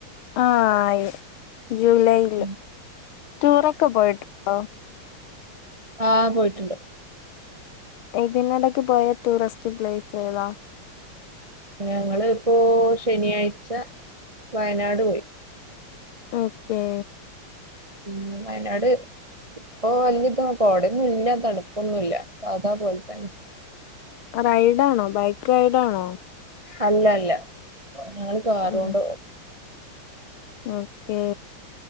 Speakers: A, on the left; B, on the right.
A: ആ ആയി ജൂലൈയിൽ
B: ആഹ്
A: ടൂറൊക്കെ പോയിട്ടുണ്ടോ
B: ആ പോയിട്ടുണ്ട്
A: ഇതിനിടക്ക് പോയ ടൂറിസ്റ്റ് പ്ലേസ് ഏതാ
B: ഞങ്ങൾ ഇപ്പോ ശനിയാഴ്ച വയനാട് പോയി
A: ഓക്കേ
B: ഉം വയനാട് ഇപ്പൊ വലതും കൊടന്നും ഇല്ല തണുപ്പൊന്നും ഇല്ല സാദാ പോലെ തന്നെ
A: റൈഡാണോ ബൈക്ക് റൈഡാണോ
B: അല്ല അല്ല ഞങ്ങക്ക് കാറു
A: ഉം
B: കൊണ്ട്
A: ഓക്കേ